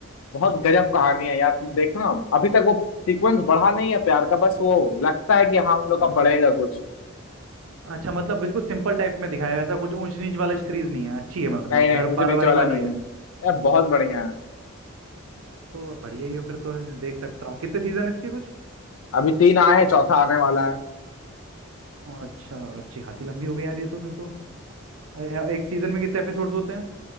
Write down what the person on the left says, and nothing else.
बहुत गजब कहानी है यार तुम देखना अभी तक वो सीक्वेंस बढ़ा नहीं है प्यार का बस वो लगता है कि हाँ उन लोग
का बढ़ेगा कुछ।
नहीं नहीं
मुझे
नीचे वाला
नहीं
है यार बहुत बढ़िया है
अभी तीन आए हैं चौथा आने वाला है